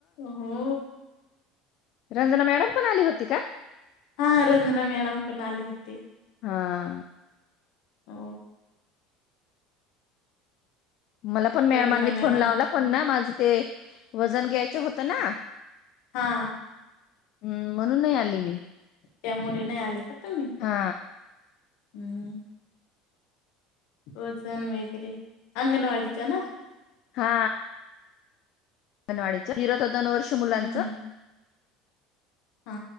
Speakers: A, on the left; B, on the left.
A: हो.
B: रंजना मॅडम पण आली होती का
A: हा रंजना मॅडम पण आली होती.
B: हा
A: हो.
B: मला पण मॅडमांनी
A: रंजना मॅडम
B: फोन लावला पण ना माझं ते वजन घ्यायचं होत ना
A: हा.
B: हम्म म्हणून नाही आली मी
A: त्यामुळे नाही आले का तुमी
B: हा
A: हम्म वजन वगैरे अंगणवाडीच्या ना
B: हा अंगणवाडीच्या दोन वर्ष मुलांच
A: हम्म हा